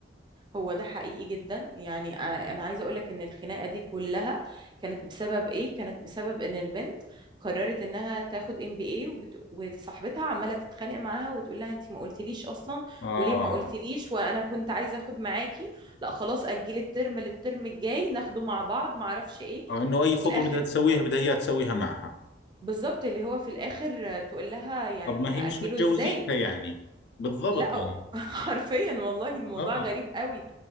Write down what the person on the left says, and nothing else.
اه
آه إنه أي
خطوة
بدها تسويها بدها إياها تسويها معها
طب ما
هي مش متجوزيتها
يعني بالضبط
يعني
آه